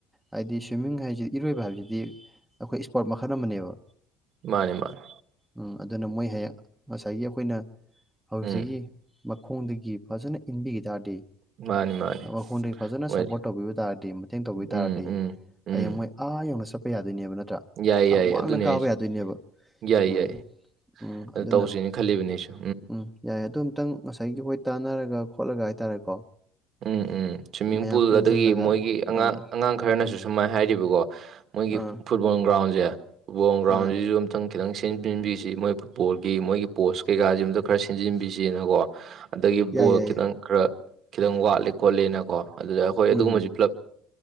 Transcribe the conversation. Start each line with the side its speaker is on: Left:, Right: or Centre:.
Centre: ꯍꯥꯏꯗꯤ ꯁ꯭ꯋꯤꯝꯃꯤꯡ ꯍꯥꯏꯖꯤ ꯏꯔꯣꯏꯕ ꯍꯥꯏꯕꯖꯤꯗꯤ ꯑꯈꯣꯏ ꯏꯁ꯭ꯄꯔꯣꯠ ꯃꯈꯜ ꯑꯃꯅꯦꯕ
Right: ꯃꯥꯅꯦ ꯃꯥꯅꯦ
Centre: ꯎꯝ ꯑꯗꯨꯅ ꯃꯣꯏ ꯍꯌꯦꯡ ꯉꯁꯥꯏꯒꯤ ꯑꯈꯣꯏꯅ ꯍꯧꯖꯤꯒꯤ
Right: ꯎꯝ
Centre: ꯃꯈꯣꯡꯗꯒꯤ ꯐꯖꯅ ꯏꯟꯕꯤꯒꯤ ꯇꯥꯔꯗꯤ
Right: ꯃꯥꯅꯤ ꯃꯥꯅꯤ
Centre: ꯃꯈꯣꯡꯗꯒꯤ ꯐꯖꯅ
Right: ꯍꯣꯏ
Centre: ꯁꯞꯄꯣꯔꯠ ꯇꯧꯕꯤꯕ ꯇꯥꯔꯗꯤ ꯃꯇꯦꯡ ꯇꯧꯕꯤ ꯇꯥꯔꯗꯤ
Right: ꯎꯝ ꯎꯝ ꯎꯝ
Centre: ꯍꯌꯦꯡ ꯃꯣꯏ ꯑꯥ ꯌꯧꯅ ꯆꯠꯄ ꯌꯥꯗꯣꯏꯅꯦꯕ ꯅꯠꯇ꯭ꯔꯥ
Right: ꯌꯥꯏ
Centre: ꯊꯥꯛ
Right: ꯌꯥꯏ
Centre: ꯋꯥꯡꯅ
Right: ꯑꯗꯨꯅꯦ
Centre: ꯀꯥꯕ
Right: ꯑꯩꯁꯦ
Centre: ꯌꯥꯗꯣꯏꯅꯦꯕ
Right: ꯌꯥꯏ
Centre: ꯎꯝ
Right: ꯌꯥꯏ
Centre: ꯎꯝ
Right: ꯑꯗꯨ
Centre: ꯑꯗꯨꯅ
Right: ꯇꯧꯁꯤꯅ ꯈꯜꯂꯤꯕꯅꯦ ꯑꯩꯁꯨ
Centre: ꯎꯝ ꯌꯥꯏ ꯑꯗꯨꯝꯇꯪ ꯉꯁꯥꯏꯒꯤ ꯍꯣꯏ ꯇꯥꯟꯅꯔꯒ ꯈꯣꯠꯂꯒ ꯍꯥꯏꯇꯥꯔꯦꯀꯣ
Right: ꯎꯝ ꯎꯝ ꯁ꯭ꯋꯤꯝꯃꯤꯡ
Centre: ꯃꯌꯥꯝ
Right: ꯄꯨꯜ
Centre: ꯄꯨꯟꯁꯤꯜꯂꯒ
Right: ꯑꯗꯒꯤ ꯃꯣꯏꯒꯤ ꯑꯉꯥꯡ
Centre: ꯑꯥ
Right: ꯑꯉꯥꯡ ꯈꯔꯅꯁꯨ ꯁꯨꯃꯥꯏꯅ ꯍꯥꯏꯔꯤꯕꯀꯣ ꯃꯣꯏꯒꯤ
Centre: ꯑꯥ
Right: ꯐꯨꯠꯕꯣꯜ ꯒ꯭ꯔꯥꯎꯟꯖꯦ ꯕꯣꯜ ꯒ꯭ꯔꯥꯎꯟꯖꯤꯖꯨ
Centre: ꯑꯥ
Right: ꯑꯝꯇꯪ ꯈꯤꯇꯪ ꯁꯤꯟꯖꯤꯟꯕꯤꯁꯤ ꯃꯣꯏ ꯐꯨꯠꯕꯣꯜꯒꯤ ꯃꯣꯏꯒꯤ ꯄꯣꯁ ꯀꯩꯀꯥꯁꯤ ꯑꯇ ꯈꯔ ꯁꯦꯝꯟꯖꯤꯟꯕꯤꯁꯤꯅꯀꯣ ꯑꯗꯒꯤ
Centre: ꯌꯥꯏ
Right: ꯕꯣꯜ
Centre: ꯌꯥꯏ
Right: ꯈꯤꯇꯪ
Centre: ꯌꯥꯏ
Right: ꯈꯔ ꯈꯤꯇꯪ ꯋꯥꯠꯂꯦ ꯈꯣꯠꯂꯦꯅꯀꯣ ꯑꯗꯨꯗ ꯑꯩꯈꯣꯏ
Centre: ꯎꯝ
Right: ꯑꯗꯨꯒꯨꯝꯕꯕꯁꯤ ꯄꯨꯂꯞ